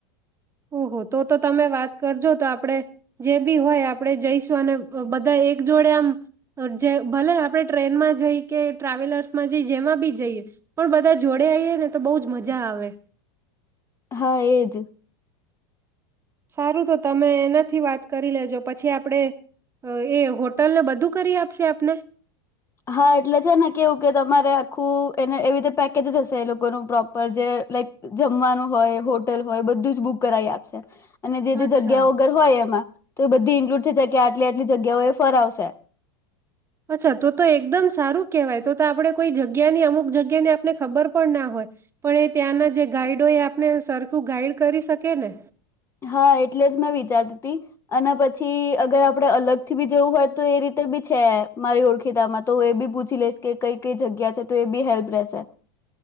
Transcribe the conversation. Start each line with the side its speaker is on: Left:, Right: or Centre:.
Right: ઓહ તો તો તમે વાત કરજો તો આપણે જે બી હોય આપણે જઈશું અને બધા એક જોડે આમ, જે ભલે આપણે ટ્રેનમાં જઈ કે ટ્રાવેલર્સમાં જઈ જેમાં બી જઈએ, પણ બધા જોડે આવીઈએ ને તો બહ જ મજા આવે.
Left: હા એજ.
Right: સારું તો તમે એનાથી વાત કરી લેજો પછી આપણેે, એ હોટલને બધું કરી આપશે આપને?
Left: હા એટલે છે ને કેવું કે તમારે આખું એને એવી પેકેજ હશે એ લોકોનું પ્રોપર જે લાઈક જમવાનું હોય હોટલ હોય બધું જ બુક કરાવી આપશે. અને જે જે
Right: અચ્છા
Left: જગ્યા વગર હોય એમાં. તો એ બધી ઇન્ક્લુડ થઈ જાય કે આટલી આટલી જગ્યાઓ એ ફરા આવશે.
Right: અચ્છા તો તો એકદમ સારું કેહેવાય તો તો આપણે કોઈ જગ્યાની અમુક જગ્યાની આપને ખબર પણ ના હોય પણ એ ત્યાંના જે ગાઈડ હોય એ આપને સરખું ગાઈડ કરી શકી ને
Left: હા એટલે જ મેં વિચારતી હતી અને પછી અગર આપડે અલગથી બી જવું હોય તો એ રીતે બી છે મારી ઓળખીતામાં તો હ એ બી પૂછી લઈશ કે કઈ કઈ જગ્યા છે તો એ બી હેલ્પ રહેશે